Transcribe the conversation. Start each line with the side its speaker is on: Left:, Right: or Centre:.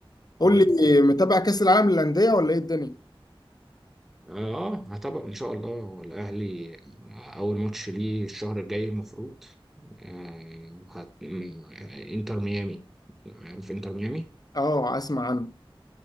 Left: قول
Centre: مم.
Left: لي متابع كاس العالم للانديه ولا ايه الدنيا
Centre: اه هتابع ان شاء الله هو الاهلي اول ماتش ليه الشهر الجاي المفروض آه هت... م- انتر ميامي عارف انتر ميامي
Left: اه اسمع عنه